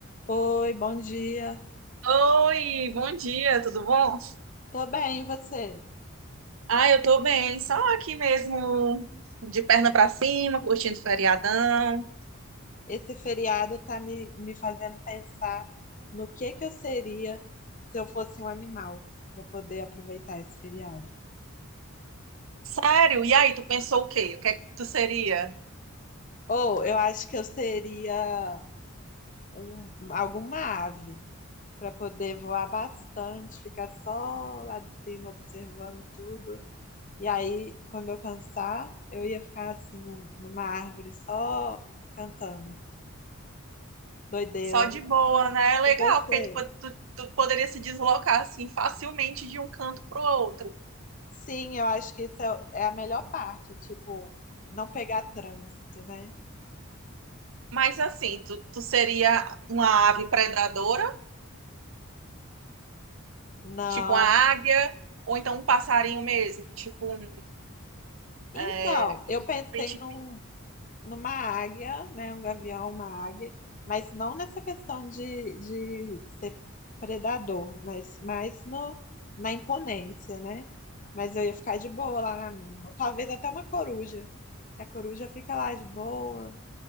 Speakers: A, on the left; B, on the right.
A: Oi, bom dia.
B: Oi, bom dia, tudo bom?
A: Tô bem, e você?
B: Ah, eu tô bem, só aqui mesmo, de perna pra cima, curtindo o feriadão.
A: Esse feriado tá me, me fazendo pensar no que que eu seria se eu fosse um animal para poder aproveitar esse feriado.
B: Sério? E aí, tu pensou o quê? O que é que tu seria?
A: Ou eu acho que eu seria um, alguma ave para poder voar bastante, ficar só lá de cima observando tudo. E aí, quando eu cansar, eu ia ficar assim num- numa árvore só cantando. Doideira,
B: Só de
A: né?
B: boa, né? É legal,
A: E você?
B: porque aí tu, po- tu, tu poderia se deslocar assim facilmente de um canto pro outro.
A: Sim, eu acho que isso é, é a melhor parte, tipo, não pegar trânsito, né?
B: Mas assim, tu, tu seria uma ave predadora,
A: Não.
B: tipo uma águia, ou então um passarinho mesmo, tipo um,
A: Então,
B: é,
A: eu pensei
B: gente-
A: num, numa águia, né? Um gavião, uma águia, mas não nessa questão de, de ser predador, mas mais no, na imponência, né? Mas eu ia ficar de boa lá na minha. Ou talvez até uma coruja, que a coruja fica lá de boa.